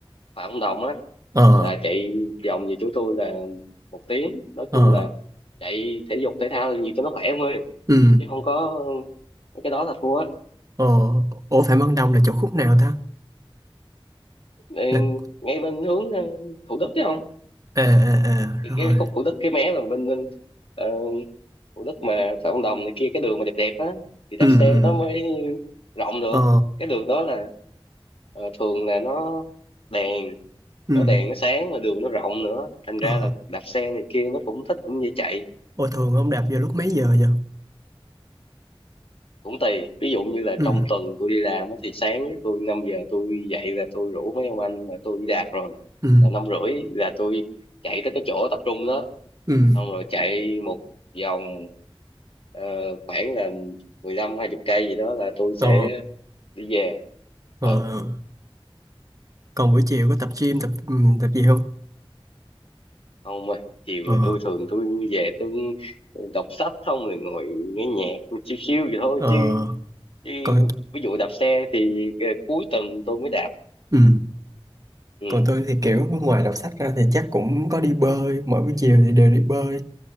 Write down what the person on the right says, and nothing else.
ờ
ờ
ừ
ờ ủa Phạm Văn Đồng là chỗ khúc nào ta
là
à à à
rồi
ừ
ừ
ờ
ừ
ờ
ủa thường ông đạp vào lúc mấy giờ vậy
ừ
ừ
ừ
ờ
ờ
còn buổi chiều có tập gym tập ừ, tập gì không
ờ
ờ
coi
ừ.
còn tôi thì kiểu ngoài đọc sách ra thì chắc cũng có đi bơi mỗi buổi chiều thì đều đi bơi